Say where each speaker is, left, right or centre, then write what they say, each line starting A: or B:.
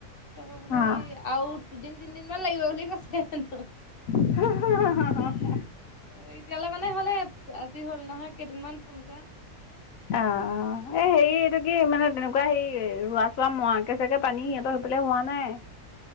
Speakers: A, on the left; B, on the left.
A: তাৰপা বোলে
B: অ'।
A: সেই আৰু দুদিন তিনদিনমান লাগিব বুলি কৈছে হেনো।
B: <inaudible>
A: অ', এতিয়ালৈ মানে হ'লে আজি হ'ল নহয় কেইদিনমান ফোন কৰা।
B: অ', এই হেৰি এইটো কি মানে তেনেকুৱা হেৰি ৰোৱা চোৱা মোৱাকে চাগে পানী সিহঁতৰ সেইফালে হোৱা নাই